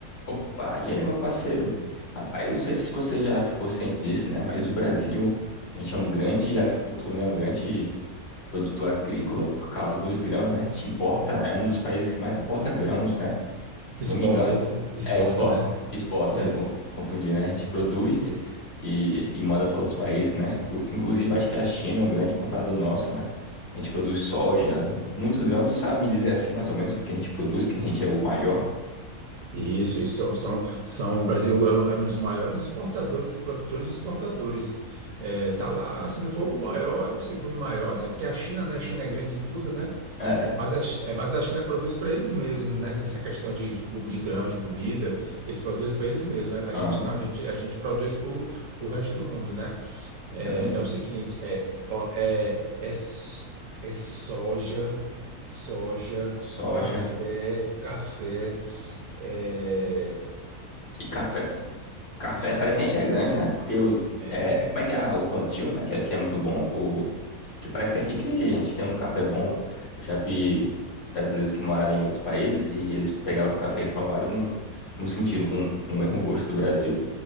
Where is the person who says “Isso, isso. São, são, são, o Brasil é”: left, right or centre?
Right